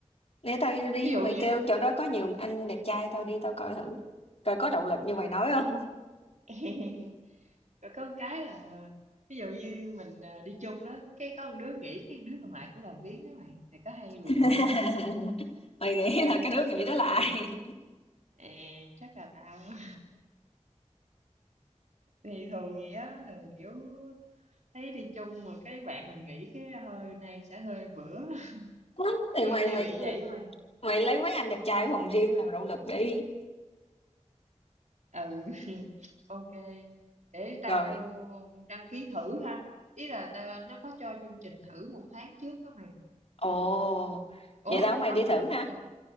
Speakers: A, on the left; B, on the right.
A: để tao đi
B: Ví dụ
A: mày
B: như
A: kêu chỗ đó có nhiều anh đẹp trai tao đi tao coi thử coi có động lực như mày nói không
B: <laughs> rồi có một cái là ví dụ như mình à, đi chung đó, cái có một đứa nghỉ cái đứa còn lại cũng làm biếng đó mày. Mày có hay bị
A: <laughs>
B: vậy không?
A: mày nghĩ là cái đứa nghĩ đó là ai
B: À, chắc là tao á. thì thường vậy á thường kiểu thấy đi chung mà cái bạn mình nghĩ cái hơi Nam sẽ hơi bữa <laughs>
A: <laughs> thì
B: hay
A: mày
B: hay
A: mày
B: bị vậy mà
A: mày lấy mấy anh đẹp trai ở phòng gym làm động lực đi
B: ừ <laughs> ok để tao
A: rồi
B: đăng ký thử ha ý là tao, nó có cho chương trình thử một tháng trước đó mày
A: Ồ,
B: ủa
A: vậy tao mày
B: không
A: đi thử ha.
B: một